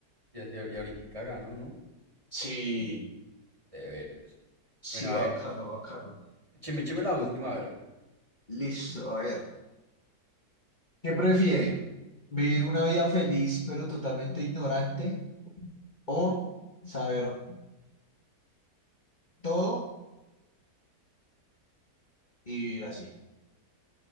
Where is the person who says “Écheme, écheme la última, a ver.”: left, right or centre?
Right